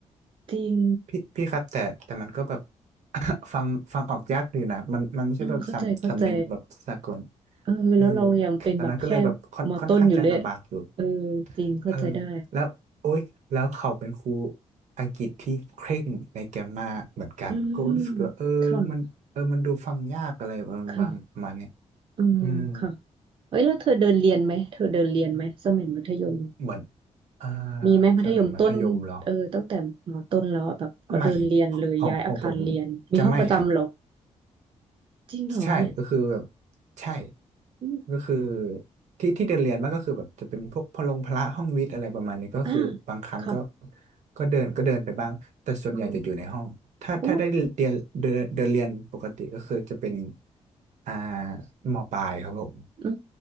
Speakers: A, on the right (about 45°); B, on the right (about 75°).
A: จริง
B: พี่พี่ครับแต่แต่มันก็แบบ <laughs> ฟังฟังออกยากอยู่นะมันมันไม่ใช่แบบสำสำเนียงแบบสากล
A: อืมเข้าใจเข้าใจเออแล้วเรายังเป็นแบบแค่
B: เออตอนนั้นก็เลยแบบค่อนค่อนข้างจะลำบากอยู่
A: มอต้นอยู่เลยเออจริงเข้าใจได้
B: เออแล้วโอ๊ยแล้วเขาเป็นครูอังกฤษที่เคร่งในแกรมมาเหมือนกันก็รู้สึกว่าเออมันเออมันดูฟังยากอะไรประมาณประมาณเนี้ย
A: อืมค่ะค่ะอืมค่ะ
B: อืม
A: เฮ้ยแล้วเธอเดินเรียนไหมเธอเดินเรียนไหมสมัยมัธยม
B: เหมือนอ่า
A: มีไหมมัธยมต้น
B: สมัยมัธยมเหรอ
A: เออตั้งแต่มอต้นแล้วอะแบบก็เดินเรียนเลยย้ายอาคารเรียนมีห้องประจำเหรอ
B: ไม่ของของผมจะไม่ครับ
A: จริงเหรอเนี่ย
B: ใช่ก็คือแบบใช่
A: อืม
B: ก็คือที่ที่เรียนเรียนมันก็คือแบบจะเป็นพวกพลงพละห้องวิทย์อะไรประมาณนี้ก็คือบางครั้งก็
A: อ่าค่ะ
B: ก็เดินก็เดินไปบ้างแต่ส่วนใหญ่จะอยู่ในห้องถ้าถ้าได้เรียนเดินเดินเรียนปกติก็คือจะเป็น
A: อืมโอ้
B: อ่ามปลายครับผม
A: อื